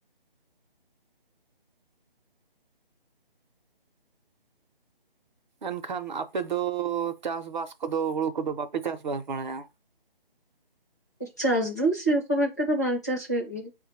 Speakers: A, on the right (about 50°); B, on the left (about 20°).
A: ᱮᱱᱠᱷᱟᱱ ᱟᱯᱮ ᱫᱚ ᱪᱟᱥ-ᱵᱟᱥ ᱠᱚ ᱫᱚ ᱦᱚᱲᱩ ᱠᱚ ᱫᱚ ᱵᱟᱯᱮ ᱪᱟᱥ-ᱵᱟᱥ ᱵᱟᱲᱟᱭᱟ
B: ᱪᱟᱥ ᱫᱩ ᱥᱮ ᱨᱚᱠᱚᱢ ᱮᱠᱴᱟ ᱫᱚ ᱵᱟᱝ ᱪᱟᱥ ᱦᱩᱭᱩᱜ ᱜᱮᱭᱟ᱾